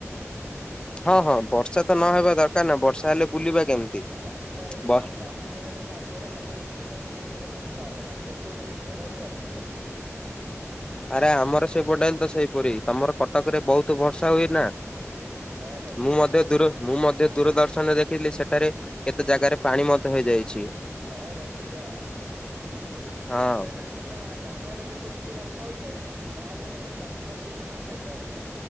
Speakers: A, on the left; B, on the right.
A: ହଁ ହଁ ବର୍ଷା ତ ନହବା ଦରକାର ନା ବର୍ଷା ହେଲେ ବୁଲିବା କେମିତି।
B: କାହିଁକି ନା ଏଇଡିି
A: ବ
B: ଏବେ ଚା ଆଦିନ ହେଗଲାଣିି ଆସିବାର ଖଲି କଣ୍ଟିନ୍ୟୁ ଖା ବର୍ଷାଗ କାହିକି କେତେ ଟିକଏ ଖରା ବି କାଟିନି ଭାଇ।
A: ଆରେ ଆମର ସେ ପଡା ତ ସେଇପରି ତମର କଟକ ରେ ବହୁତ ବର୍ଷା ହୁଏ ନା।
B: ହଁ ଭାଇ।
A: ମୁଁ ମଧ୍ୟ ଦୂର ମୁଁ ମଧ୍ୟ ଦୂରଦର୍ଶନରେ ଦେଖଥିଲି ସେଠାରେ କେତେ ଜାଗାରେ ପାଣି ମଧ୍ୟ ହେଇଯାଇଛି।
B: ହଁ ଭାଇ ପୁରା
A: ହଁ
B: ଏବେ କାହିଁ କାହିଁକି ନା ଗାଁ ଆଡେ ଯଦି ଏମିତି ବର୍ଷା ହୋଇଥାଏ ତାହେଲେ ଚାଷୀ ମାନଙ୍କୁ କେତେ ଫାଇଦା ହୋଇଥାଏ।